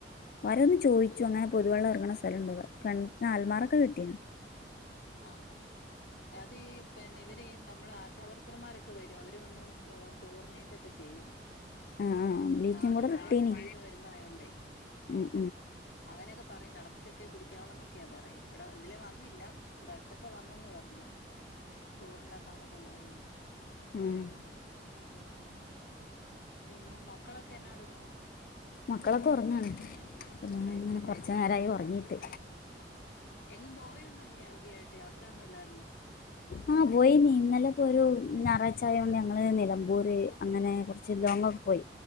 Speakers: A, on the left; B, on the left.
A: വരോന്ന്
B: ഉം
A: ചോയ്ച്ചു അങ്ങനെ പൊതുവെള്ളം എർങ്ങണ സ്ഥലം ണ്ട് ആൽമാറൊക്കെ കെട്ടീണ്
B: ആഹാ അത് ഈ പിന്നെ വര് നമ്മടെ ആശാവർക്കർമാരൊക്കെ വരും അവര് വന്ന് കോ ക്ലോറിനേറ്റൊക്കെ ചെയ്യും
A: ആഹ് ആഹ് ബ്ലീച്ചിങ്
B: ആത്
A: പൗഡർ
B: മഴയൊക്കെ
A: ഇട്ടീനി
B: പെയ്ത് വരുന്ന ആയോണ്ടേ
A: ഉം
B: അങ്ങനെയൊക്കെ പറയും തളപ്പിച്ചൊക്കെ കുടിക്കാവണംന്നൊക്കെയാ പറയുന്നേ വടെ തിലെ വന്നില്ല വടെട്ത്തൊക്കെ വന്നന്ന് പറഞ് ക്ളോറിനിടാൻ വന്നിട്ടുണ്ടായിരുന്നു
A: ഉം ഉം
B: ഉം പിന്നെ മക്കളൊക്കെ എന്നാടുക്കുന്നു
A: മക്കളൊക്കെ ഉറങ്ങാണ്
B: അത്
A: ഇങ്ങനെ
B: ശരി
A: കുറച്ചു
B: ആ ഹാ
A: നേരമായി
B: ഹാ
A: ഉറങ്ങിയിട്ട്
B: ആ എങ്ങും പോയൊന്നുല്ലയോ തിയായിട്ട് യാത്രയൊന്നും ല്ലായിരുന്നോ
A: ആഹ് പോയീനി ന്നലെ പ്പൊ രു ഞാറാഴ് ചായോണ്ട് ഞങ്ങള് നിലമ്പൂര് അങ്ങനെ ച്ച് ലോങ്ങൊക്കെ പോയി